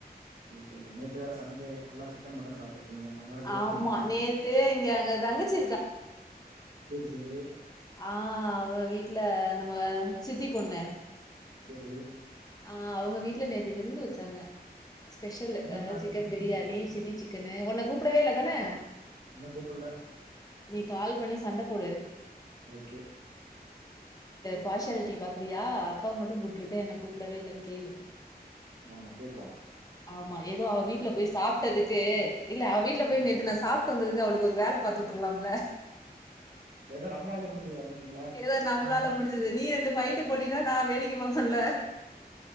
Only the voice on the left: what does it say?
ஆமா
நேத்து இங்க அங்க தங்கச்சி
ஆஹ் அவ வீட்டுல நம்ம சித்தி பொண்ணு
ஆஹ் அவங்க வீட்டுல நேற்று விருந்து வச்சாங்க ஸ்பெஷல்
சிக்கன் பிரியாணி சில்லி சிக்கனு உன்னனை கூப்பிடவே இல்ல தானே
நீ கால் பண்ணி சண்டை போடு
பார்ஷாலிட்டி பாக்குறியா அக்காவ மட்டும் கூப்பிட்டுருக்கேன் என் கூப்பிடவே இல்லைன்னு கேளு
ஆமா ஏதோ அவ வீட்ல போய் சாப்ட்டதுக்கு இல்ல அவ வீட்ல
போய் நேத்து நான் சாப்ட்டு வந்ததுக்கு அவளுக்கு ஒரு வேல பன் பாத்து விட்டுலாம்ல
ஏதோ நம்மளால
முடிஞ்சது நீ என்ன பயிட்டு போட்டின்னா நா வேடிக்கை பாப்ன்ல